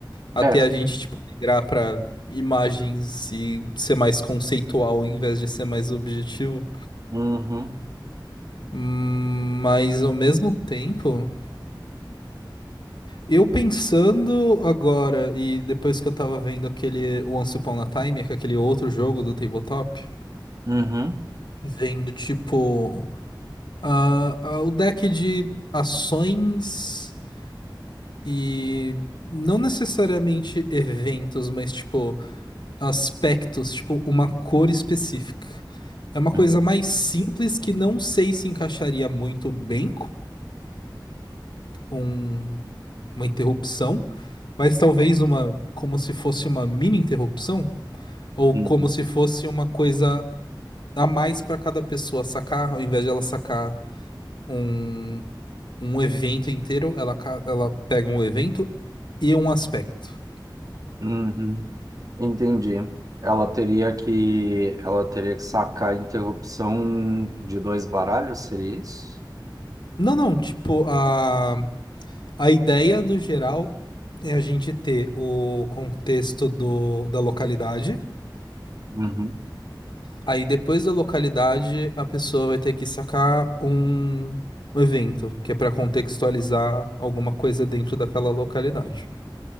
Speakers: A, on the left; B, on the right.
A: Até
B: É.
A: a gente tipo migrar pra imagens e ser mais conceitual em vez de ser mais objetivo.
B: Uhum,
A: Hum, Mas ao mesmo tempo. Eu pensando agora, e depois que eu tava vendo aquele Once Upon a Time, que é aquele outro jogo do tabletop,
B: uhum,
A: vendo tipo ah, ah, o deck de ações e não necessariamente eventos, mas tipo aspectos, tipo uma cor específica. É uma coisa
B: uhum,
A: mais simples que não sei se encaixaria muito bem um- uma interrupção, mas talvez uma, como se fosse uma mini interrupção, ou
B: uhum,
A: como se fosse uma coisa a mais para cada pessoa sacar, ao invés de ela sacar um, um evento inteiro, ela, ca- ela pega um evento e um aspecto.
B: uhum. Entendi. Ela teria que, ela teria que sacar a interrupção de dois baralhos, seria isso?
A: Não, não, tipo, a, a ideia do geral é a gente ter o contexto do, da localidade
B: Uhum.
A: Aí depois da localidade, a pessoa vai ter que sacar um um evento, que é para contextualizar alguma coisa dentro daquela localidade.